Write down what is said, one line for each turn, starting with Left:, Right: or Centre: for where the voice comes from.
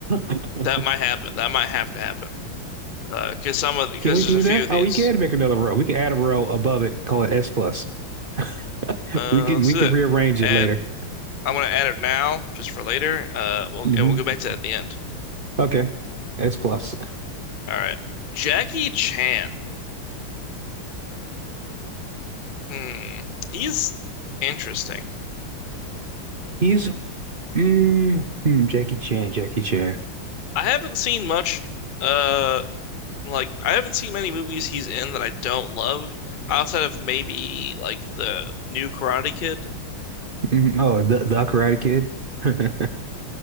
Right: <laughs>
Left: that might happen. That might have to happen. Uh, cause some of because
Right: Can we
Left: there's
Right: do
Left: a few
Right: that?
Left: of
Right: Oh,
Left: these.
Right: we can make another row. We can add a row above it, call it S plus. <laughs>
Left: Uh,
Right: We can
Left: let's
Right: we
Left: do
Right: can
Left: that.
Right: rearrange
Left: Add
Right: it later.
Left: I'm gonna add it now just for later. Uh, we'll,
Right: hmm
Left: and we'll go back to that at the end.
Right: Okay. S plus.
Left: All right. Jackie Chan. Hmm. He's interesting.
Right: He's mm, hmm, Jackie Chan, Jackie Chan.
Left: I haven't seen much uh Like I haven't seen many movies he's in that I don't love outside of maybe like the new Karate Kid.
Right: Mhm. Oh, the the Karate Kid. <laughs>